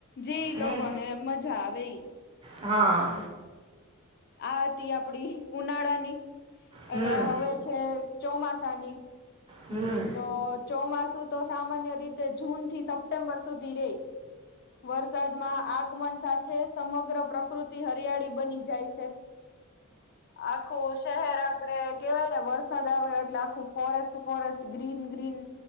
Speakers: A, on the left (about 45°); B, on the right (about 25°).
A: જે ઈ,
B: હમ
A: લોકો ને મજા આવે ઈ
B: હા
A: આ હતી આપડી ઉનાળાની
B: હમ
A: અને હવે છે ચોમાસાની,
B: હમ
A: તો ચોમાસા સામાન્ય રીતે જૂન, થી સપ્ટેમ્બર સુધી રહે. વરસાદમાં આગમન, સાથે સમગ્ર પ્રકૃતિ હરિયાળી બની જાય છે. આખું શહેર આપડે કહેવાય, ને વરસાદ આવે એટલે આખું forest forest green green green